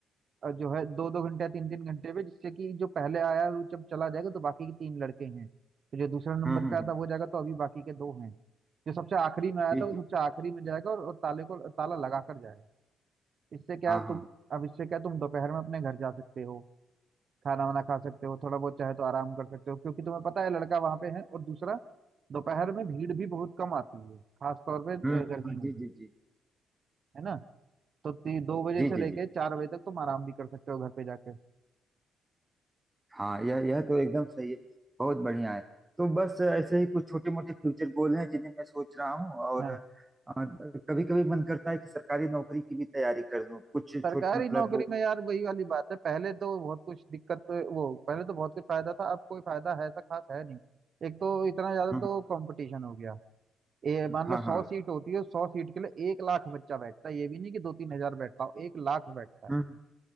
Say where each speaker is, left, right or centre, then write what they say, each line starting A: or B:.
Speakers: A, on the right; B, on the right.
A: अ, जो है दो दो घंटे या तीन तीन घंटे में जिससे कि जो पहले आया वो जब चला जाएगा तो बाकी के तीन लड़के हैं तो जो दूसरा नंबर
B: हम्म, हम्म,
A: पे आया
B: हम्म,
A: था वो जाएगा तो अभी बाकी के दो हैं जो सबसे आखिरी में आया
B: जी
A: था वो
B: जी
A: सबसे आखिरी में जाएगा और, और ताले को ताला लगा कर जाएगा इससे क्या
B: हाँ हाँ
A: तुम अब इससे क्या तुम दोपहर में अपने घर जा सकते हो खाना वाना खा सकते हो थोड़ा बहुत चाहे तो आराम कर सकते हो क्योंकि तुम्हें पता है लड़का वहां पे है और दूसरा दोपहर में भीड़ भी बहुत कम आती है खास तौर पे
B: हम्म
A: अ, गर्मियों
B: हाँ जी
A: में
B: जी जी
A: है ना तो ती- दो बजे
B: जी
A: से
B: जी
A: लेके
B: जी
A: चार बजे तक तुम आराम भी कर सकते हो घर पे जाके
B: हाँ यह यह तो एकदम सही है बहुत बढ़िया है तो बस ऐसे ही कुछ छोटे मोटे फ्यूचर गोल हैं जिन्हें मैं सोच रहा हूँ और
A: हाँ
B: कभी कभी मन करता है कि सरकारी नौकरी की भी तैयारी कर लूँ कुछ
A: सरकारी
B: छोट मतलब
A: नौकरी
B: वो
A: में यार वही वाली बात है पहले तो बहुत कुछ दिक्कत वो पहले तो बहुत कुछ फायदा था अब कोई फायदा है ऐसा खास है नहीं एक तो इतना ज्यादा
B: हम्म,
A: तो कंपटीशन हो गया ये
B: हम्म,
A: मान
B: हाँ
A: लो सौ
B: हाँ
A: सीट होती है सौ सीट के लिए एक लाख बच्चा बैठता है ये भी नहीं कि दो तीन हजार बैठता हो एक लाख बैठता है
B: हम्म